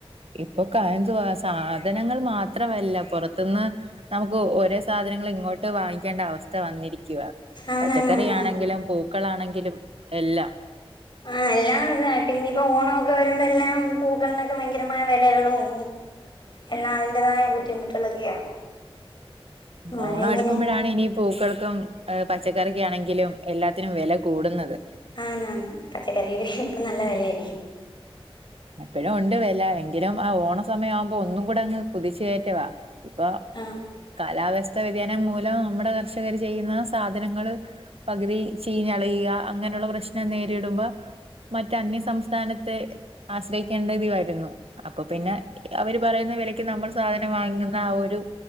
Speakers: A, on the right; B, on the left.
A: ഇപ്പൊ എന്തുവാ സാധനങ്ങൾ മാത്രമല്ല പുറത്തുന്ന്. നമുക്ക് ഒരേ സാധനങ്ങളും ഇങ്ങോട്ട് വാങ്ങിക്കേണ്ട അവസ്ഥ വന്നിരിക്കുവ
B: ആന്നാന്നാന്നാണ്
A: പച്ചക്കറി ആണെങ്കിലും പൂക്കളാണെങ്കിലും എല്ലാം
B: ആ എല്ലാംത പിനിയിപ്പോ ഓണൊക്കെ വരുമ്പോ എല്ലാം പൂക്കളിനൊക്കെ ഭയങ്കരമായ വിലകളും. എല്ലാം അതിന്റേതായ ബുദ്ധിമുട്ടുകളൊക്കെയാ മഴ
A: ഓണം
B: ഇങ്ങനെ
A: അടുക്കുമ്പോഴാണ് ഇനി പൂക്കൾക്കും പച്ചക്കറിക്കാണെങ്കിലും എല്ലാത്തിനും വില കൂടുന്നത്
B: ആ നാന് പച്ചക്കറി ൽ ഇപ്പം നല്ല വില ആയിരിക്കും
A: ഇപ്പോഴും ഉണ്ട് വില എങ്കിലും ആ ഓണ സമയം ആവുമ്പോ ഒന്നും കൂടെ അങ്ങ് കുതിച് കയറ്റവാ ഇപ്പൊ
B: ആ
A: കാലാവ്യസ്ഥ വ്യതിയാനം മൂലം നമ്മുടെ കർഷകര് ചെയ്യുന്ന സാധനങ്ങള്. പകുതി ചീഞ്ഞളിയുക അങ്ങനെയുള്ള പ്രശ്നം നേരിടുമ്പോ മറ്റ് അന്യ സംംസ്ഥാനത്ത് ത്തെ ആശ്രയിക്കേണ്ടതി വരുന്നു. അപ്പൊ പിന്നെ അവര് പറയുന്ന വിലക്ക് നമ്മൾ സാധനം വാങ്ങുന്ന ആ ഒരു